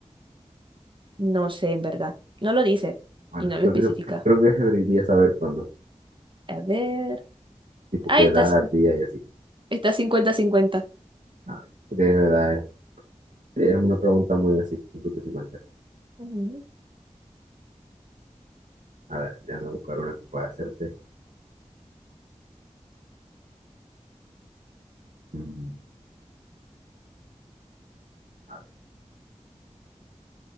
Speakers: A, on the right (about 40°); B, on the right (about 85°).
A: No sé, en verdad. No lo dice
B: Bueno,
A: y no lo
B: creo
A: especifica.
B: que, creo que debería saber cuándo,
A: A ver.
B: tipo
A: Ahí
B: qué edad,
A: está, c-
B: día y así.
A: está cincuenta 50
B: A ver, porque es verdad, es, es una pregunta muy así, 50 y 50.
A: Ujú.
B: A ver, déjame buscar una que pueda hacerte. Mm, a ver,